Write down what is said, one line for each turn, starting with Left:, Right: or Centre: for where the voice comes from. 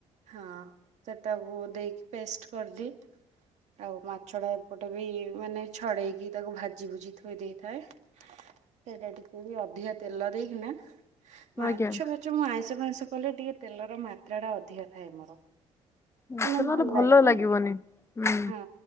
Right: ହଁ, ସେଟାକୁୁ ଦେଇକି ପେଷ୍ଟ କରିଦିଏ ଆଉ। ଛଡା ଏପଟେ ବି ମାନେ ଛଡେଇକି ତାକୁ ଭାଜି ଭୁଜି ଥୋଇ ଦେଇଥାଏ। ସେଇଟା ଟିକେ ବି ଅଧିକା ତେଲ ଦେଇକିନା ମାଛ
Left: ଆଜ୍ଞା
Right: ଭଜ ମୁଁ ଆଇଁଷ ଫାଇଁସ କଲେ ଟିକେ ତେଲର ମାତ୍ରା ଟା ଅଧିକା ଥାଏ ମୋର।
Left: ମାଛ
Right: ହେନା
Left: ନହେଲେ
Right: ଭଲ ଲାଗେ। ତା
Left: ଲାଗିବନି ହୁଁ।
Right: ହଁ